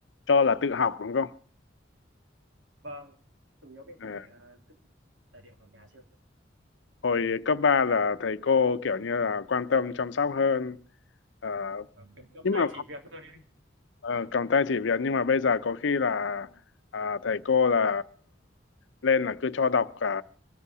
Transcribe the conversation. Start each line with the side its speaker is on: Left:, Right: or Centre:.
Left: cho là tự học đúng không?
Right: Vâng, chủ yếu mình
Left: Ờ,
Right: phải ờ, tự tài liệu ở nhà trước.
Left: Hồi cấp 3 là thầy cô kiểu như là quan tâm chăm sóc hơn. Ờ,
Right: Ờ, kiểu kiểu
Left: nhưng
Right: tay
Left: mà
Right: chỉ việc hơn ấy.
Left: Ờ, cầm tay chỉ việc nhưng mà bây giờ có khi là à, thầy cô là lên là cứ cho đọc cả